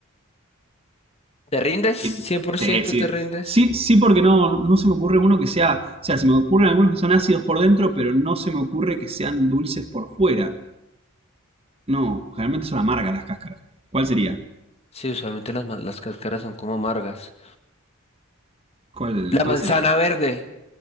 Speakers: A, on the left; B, on the right.
A: ¿Te rindes? Cien
B: Em,
A: por
B: Sí,
A: ciento
B: sí.
A: te rindes?
B: Sí, sí, porque no, no se me ocurre uno que sea. O sea, se me ocurren algunos que son ácidos por dentro, pero no se me ocurre que sean dulces por fuera. No, generalmente son amargas las cáscaras. ¿Cuál sería?
A: Sí, usualmente las, ma- las cáscaras son como amargas.
B: ¿Cuál,
A: La
B: cuál
A: manzana
B: sería?
A: verde.